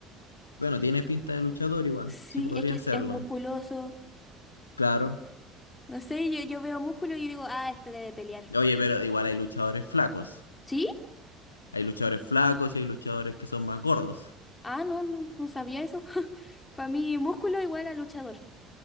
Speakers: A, on the left; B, on the left.
A: Bueno, tiene pinta de luchador igual,
B: Sí,
A: sí podría
B: Es que es,
A: hacerlo.
B: es musculoso.
A: Claro.
B: No sé, yo, yo veo músculo y digo, ah, este debe pelear.
A: Oye, pero igual hay luchadores flacos.
B: ¿Sí?
A: Hay luchadores flacos y hay luchadores que son más gordos.
B: Ah, no, no, no sabía eso. <laughs> Para mí, músculo igual a luchador.